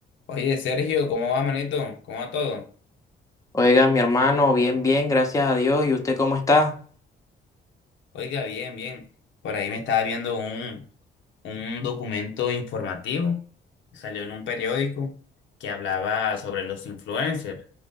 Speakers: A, on the left (about 75°); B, on the left (about 15°).
A: Oye, Sergio, ¿cómo va, manito? ¿Cómo va todo?
B: Oiga, mi hermano, bien, bien, gracias a Dios. ¿Y usted cómo está?
A: Oiga, bien, bien. Por ahí me estaba viendo un, un documento informativo, salió en un periódico que hablaba sobre los influencers.